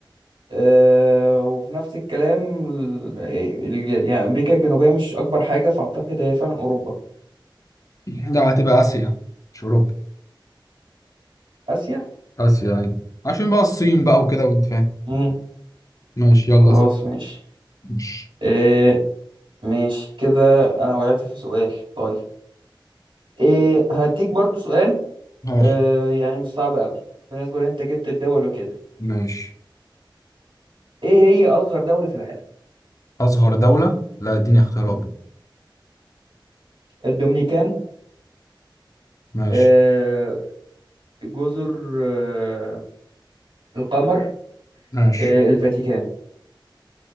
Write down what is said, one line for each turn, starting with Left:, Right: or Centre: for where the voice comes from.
Right: أه وفي نفس الكلام ال- آه، ال- يعني أمريكا الجنوبية مش أكبر حاجة فأعتقد هي فعلا أوروبا
Left: لا هتبقى آسيا مش أوروبا
Right: آسيا
Left: آسيا أيوة عشان بقى الصين بقى وكده وأنت فاهم
Right: مم.
Left: ماشي يلا
Right: خلاص
Left: اسأل
Right: ماشي
Left: ماشي
Right: أه ماشي كده أنا وقعت في سؤال طيب إيه هديك برضو سؤال
Left: ماشي
Right: أه يعني مش صعب قوي بالنسبة لأن أنت جبت الدول وكده
Left: ماشي
Right: إيه هي أصغر دولة في العالم
Left: أصغر دولة لا اديني اختيارات
Right: مم.
Left: بقى.
Right: الدومينيكان
Left: ماشي
Right: آه، جزر آه، القمر
Left: ماشي
Right: آه، الفاتيكان